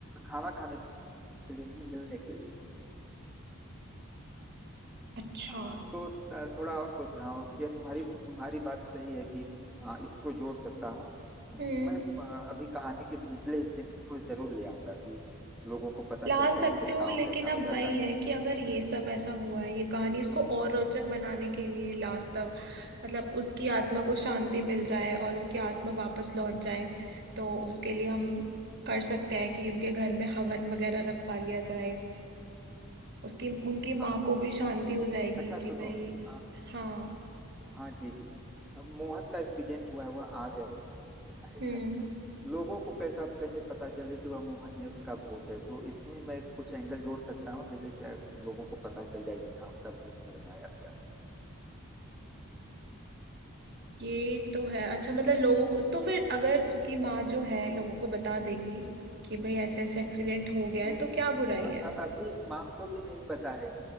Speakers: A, in the centre; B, on the right.
A: खाना खाने के लिए नहीं मिलने के लिए
B: अच्छा
A: हाँ तो अ, थोड़ा और सोच रहा हूँ यह तुम्हारी तुम्हारी बात सही है कि अ, इसको जोड़ सकता हूँ
B: हम्म
A: मैं अ, अभी कहानी के निचले हिस्से में इसको जरूर ले आऊंगा कि लोगों को पता
B: ला
A: चलता
B: सकते
A: है फिर
B: हो
A: गांव
B: लेकिन
A: कैसा हो
B: अब
A: जाता
B: वही
A: है
B: है कि अगर ये सब ऐसा हुआ है ये कहानी इसको और रोचक बनाने के लिए लास्ट तक मतलब उसकी आत्मा को शांति मिल जाए और उसकी आत्मा वापस लौट जाए तो उसके लिए हम कर सकते हैं कि उनके घर में हवन वगैरह रखवा लिया जाए उसकी उनकी
A: हाँ
B: माँ को भी शांति
A: जी
B: हो
A: जी
B: जाएगी
A: अच्छा सुनो
B: कि भाई
A: अ,
B: हाँ
A: हाँ जी जी अब मोहन का एक्सीडेंट हुआ है वह आ गया है घर
B: हम्म
A: में लोगों को कैसा कैसे पता चले कि वह मोहन है उसका भूत है तो इसमें मैं कुछ एंगल जोड़ सकता हूँ जैसे कि लोगों को पता चल जाए कि हाँ उसका भूत घर में आया हुआ है
B: ये तो है अच्छा मतलब लोगों को तो फिर अगर उसकी माँ जो है लोगों को बता देगी कि भाई ऐसे ऐसे एक्सीडेंट हो गया है
A: हम्म,
B: तो क्या बुराई
A: अ-
B: है
A: अ- अभी माँ को भी नहीं पता है